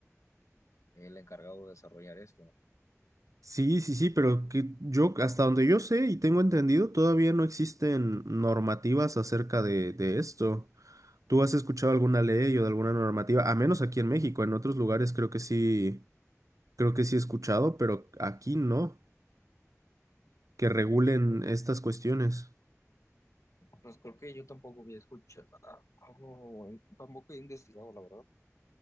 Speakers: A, on the left (about 70°); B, on the right (about 85°).
A: el encargado de desarrollar esto.
B: Sí, sí, sí, pero que yo, hasta donde yo sé y tengo entendido, todavía no existen normativas acerca de, de esto. ¿Tú has escuchado alguna ley o de alguna normativa? A menos aquí en México, en otros lugares creo que sí, creo que sí he escuchado, pero aquí no, que regulen
A: Eh, pero
B: estas cuestiones.
A: Pues creo que yo tampoco había escuchado, algo, tampoco he investigado, la verdad.